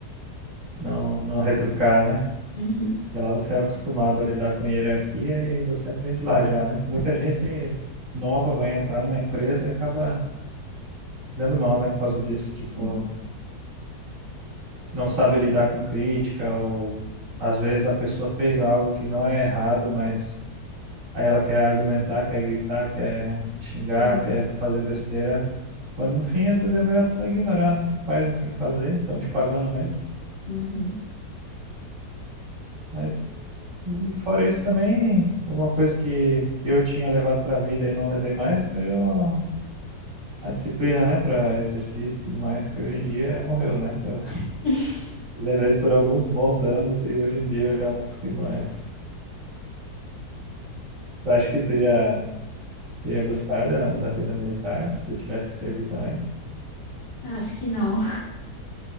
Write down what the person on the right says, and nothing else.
não, não retrucar, né?
Porque lá você é acostumado a lidar com hierarquia e você aprende lá já, né? Muita gente nova vai entrar numa empresa e acaba se dando mal, né, por causa disso, tipo,
não sabe lidar com crítica ou às vezes a pessoa fez algo que não é errado, mas Aí ela quer argumentar, quer gritar, quer xingar,
quer fazer besteira. Quando no fim, às vezes é melhor tu só ignorar, né? Faz o que tem que fazer, estão te pagando mesmo.
Mas e fora isso também, uma coisa que eu tinha levado pra vida e não levei mais foi o- a disciplina, né, Pra exercício e tudo mais, que hoje em dia morreu, né? Eu <laughs>
levei por alguns bons anos e hoje em dia eu já não consigo mais. Tu acha que tu ia, tu ia gostar da, da vida militar se tu tivesse que servir também?